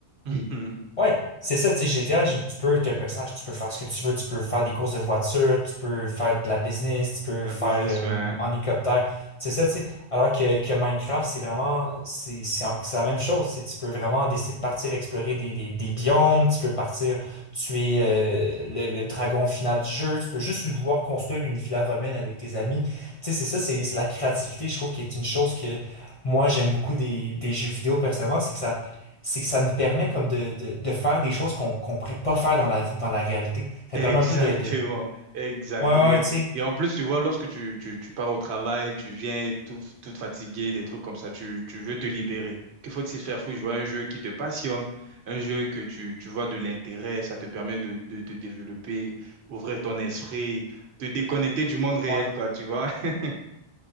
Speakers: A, on the right (about 70°); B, on the left (about 40°).
A: <laughs>
B: Ouais, c'est ça, tu sais, GTA, je- tu peux, t'es un personnage, tu peux faire ce que tu veux, tu peux faire des courses de voiture, tu peux faire de la business, tu peux
A: Ma
B: faire
A: business,
B: euh,
A: ouais. hein.
B: en hélicoptère. C'est ça, tu sais. Alors que, que Minecraft, c'est vraiment, c'est c'est en- c'est la même chose. C'est, tu peux vraiment décider de partir explorer des, des, des biomes, tu peux partir tuer euh, le, le dragon final du jeu, tu peux juste vouloir construire une villa romaine avec tes amis. Tu sais, c'est ça, c'est c'est la créativité, je trouve, qui est une chose que moi, j'aime beaucoup des, des jeux vidéo personnellement, c'est que ça c'est que ça nous permet comme de, de, de faire des choses qu'on qu'on pourrait pas faire dans la vie, dans la réalité. Ça
A: Exactement,
B: permet un peu de, de...
A: exactement.
B: Ouais, ouais,
A: Et
B: tu sais.
A: et en plus, tu vois, lorsque tu, tu, tu pars au travail, tu viens tout, tout fatigué, des trucs comme ça, tu, tu veux te libérer. Que faut-il faire? Faut jouer à un jeu qui te passionne, un jeu que tu, tu vois de l'intérêt, ça te permet de, de te développer, ouvrir ton esprit, te déconnecter du monde réel,
B: Ouais,
A: quoi, tu vois. <laughs>